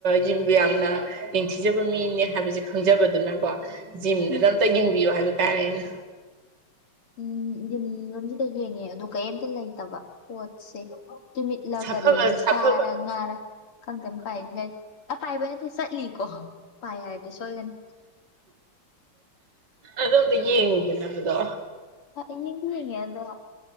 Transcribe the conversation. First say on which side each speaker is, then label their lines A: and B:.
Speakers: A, on the right; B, on the left.
A: ꯖꯤꯝꯕꯨ ꯌꯥꯝꯅ ꯅꯤꯡꯊꯤꯖꯕ ꯃꯤꯅꯦ ꯍꯥꯏꯕꯁꯦ ꯈꯪꯖꯕꯗꯨꯅꯀꯣ ꯖꯤꯝꯗꯨꯗ
B: ꯎꯝ
A: ꯑꯝꯇ ꯌꯦꯡꯕꯤꯌꯣ ꯍꯥꯏꯕ ꯇꯥꯔꯦ ꯑꯩꯅ
B: ꯎꯝ ꯖꯤꯝ ꯂꯣꯝꯁꯤꯗ ꯌꯦꯡꯉꯦ ꯑꯗꯣ ꯀꯩꯝꯇ ꯂꯩꯇꯕ ꯄꯣꯠꯁꯦ ꯇꯨꯃꯤꯠꯂꯥ
A: ꯁꯥꯐꯕ
B: ꯀꯔꯤꯅꯣ ꯁꯥꯔ
A: ꯁꯥꯐꯕ
B: ꯉꯥꯔ ꯈꯪꯗꯅ ꯄꯥꯏ ꯌꯥꯗ ꯄꯥꯏꯕ ꯆꯠꯂꯤꯀꯣ ꯄꯥꯏ ꯍꯥꯏꯔꯗꯤ ꯁꯣꯏꯒꯅꯤ
A: ꯑꯗꯣ ꯑꯝꯇ ꯌꯦꯡꯉꯨꯗꯅ ꯑꯗꯨꯗꯣ
B: ꯍ ꯌꯦꯡꯗꯤ ꯌꯦꯡꯉꯦ ꯑꯗ